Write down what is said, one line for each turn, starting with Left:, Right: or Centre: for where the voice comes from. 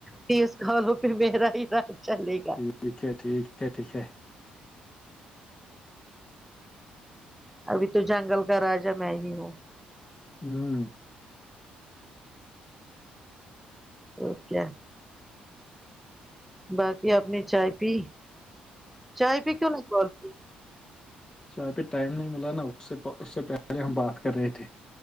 Centre: تیس گالوں پہ میرا ہی راج چلے گا
Left: ٹھیک ہے ٹھیک ہے ٹھیک ہے
Centre: ابھی تو جنگل کا راجا میں ہی ہوں
Left: جوں
Centre: اوکے باقی آپنی چائے پی چائے پی کہون بول پی
Left: چاہے پہ ٹائم نہیں ملا نا اس سے اس سے پہلے ہم بات کر رہے تھے